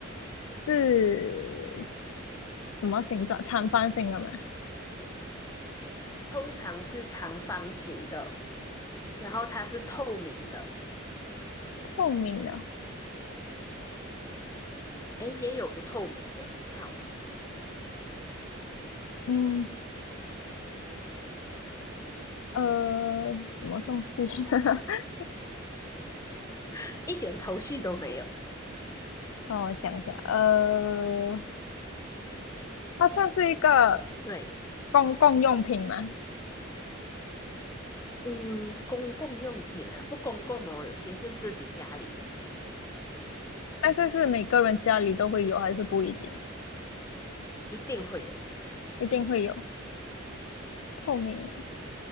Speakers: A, on the left (about 80°); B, on the left (about 15°).
A: 是什么形状？长方形的吗？
B: 通常是长方形的，然后它是透明的。
A: 透明的。
B: 哎，也有不透明的，好，
A: 嗯，呃，什么东西？<laughs>
B: <laughs> 一点头绪都没有。
A: 让我想一下。呃，它算是一个
B: 对，
A: 公共用品吗？
B: 嗯，公共用品啊，不公共哦，有些是自己家里的，
A: 但是是每个人家里都会有，还是不一定？
B: 一定会有，
A: 一定会有。透明的。